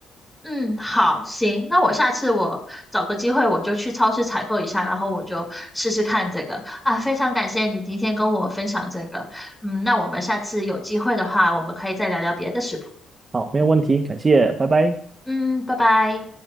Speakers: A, in the centre; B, on the right.
A: 嗯，好，行，那我下次我找个机会我就去超市采购一下，然后我就试试看这个啊。非常感谢你今天跟我分享这个，嗯，那我们下次有机会的话，我们可以再聊聊别的食谱。
B: 好，没有问题，感谢，拜拜。
A: 嗯，拜拜。